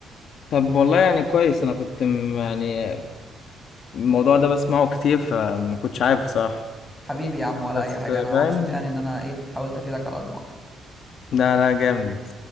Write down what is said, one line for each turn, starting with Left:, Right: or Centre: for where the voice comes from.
Left: طب والله يعني كويس انا كنت م- يعني الموضوع ده بسمعه كتير فما كنتش عارف بصراحة
Centre: حبيبي يا عم ولا
Left: بس
Centre: اي حاجه انا
Left: فاهم
Centre: مبسوط يعني ان انا ايه حاولت افيدك على قد ما اقدر
Left: لا لا جامد